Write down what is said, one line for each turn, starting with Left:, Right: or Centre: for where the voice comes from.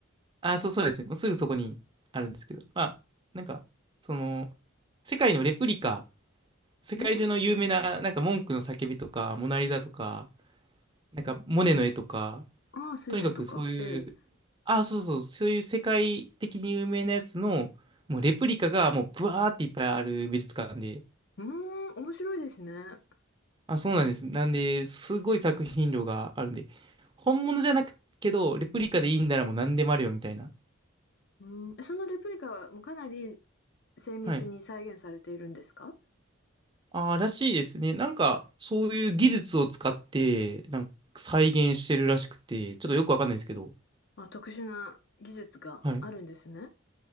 Right: あ、そうそうですね。もうすぐそこにあるんですけど。まあ、なんか、その、世界のレプリカ、世界中の有名な、
Left: うーん。
Right: なんか、文句の叫びとか、モナリザとか、なんか、モネの絵とか、
Left: ああ、睡蓮とか。
Right: とにかくそういう、
Left: ええ。
Right: あ、そうそう、そういう世界的に有名なやつの、もうレプリカがもうブワーっていっぱいある美術館で、
Left: うーん、面白いですね。
Right: あ、そうなんです。なんで、すごい作品量があるんで、本物じゃなくけど、レプリカでいいんならもう何でもあるよみたいな。
Left: うーん、えそのレプリカはもうかなり精密に再現されているんですか？
Right: はい。ああらしいですね。なんか、そういう技術を使って、なんか再現してるらしくて、ちょっとよくわかんないですけど。
Left: あ、特殊な技術があるんですね。
Right: はい。